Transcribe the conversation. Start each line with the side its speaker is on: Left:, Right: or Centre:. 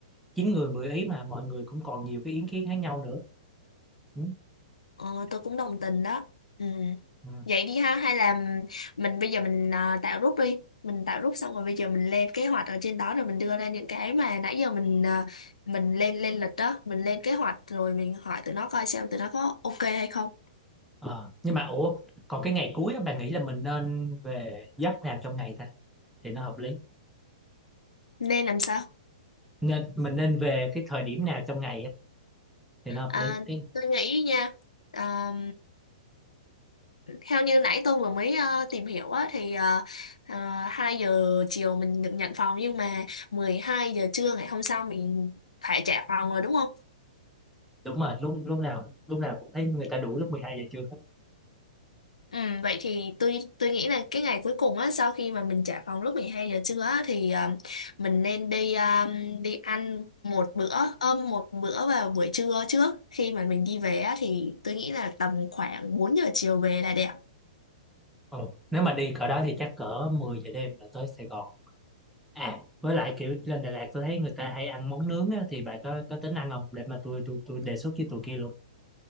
Centre: chín người mười ý mà mọi người cũng còn nhiều cái ý kiến khác nhau nữa ừ.
Left: ờ, tôi cũng đồng tình đó ừ.
Centre: Ừ.
Left: vậy đi ha hay là mình bây giờ mình à, tạo group đi mình tạo group xong rồi bây giờ mình lên kế hoạch ở trên đó rồi mình đưa ra những cái mà nãy giờ mình à, mình lên lên lịch đó mình lên kế hoạch rồi mình hỏi tụi nó coi xem tụi nó có ok hay không
Centre: Ờ, nhưng mà ủa còn cái ngày cuối á, bà nghĩ là mình nên về giấc nào trong ngày ta thì nó hợp lý
Left: nên làm sao
Centre: nên mình nên về cái thời điểm nào trong ngày á, thì nó hợp
Left: À,
Centre: lý cái
Left: tôi nghĩ nha à, theo như nãy tôi vừa mới ờ, tìm hiểu á, thì ờ, ờ, 2 giờ chiều mình được nhận phòng nhưng mà 12 giờ trưa ngày hôm sau mình phải trả phòng rồi đúng không?
Centre: đúng rồi lúc lúc nào lúc nào cũng thấy người ta đủ lúc mười hai giờ trưa
Left: Ừ, vậy thì tôi tôi nghĩ là cái ngày cuối cùng á sau khi mà mình trả phòng lúc 12 giờ trưa á, thì ờ, mình nên đi ờ, đi ăn một bữa ôm một bữa vào buổi trưa trước khi mà mình đi về á, thì tôi nghĩ là tầm khoảng 4 giờ chiều về là đẹp
Centre: Ừ. Nếu mà đi cỡ đó thì chắc cỡ 10 giờ đêm là tới Sài Gòn. À, với lại kiểu lên Đà Lạt tôi thấy người ta hay ăn món nướng á, thì bà có có tính ăn không? Để mà tôi tôi tôi đề xuất với tụi kia luôn.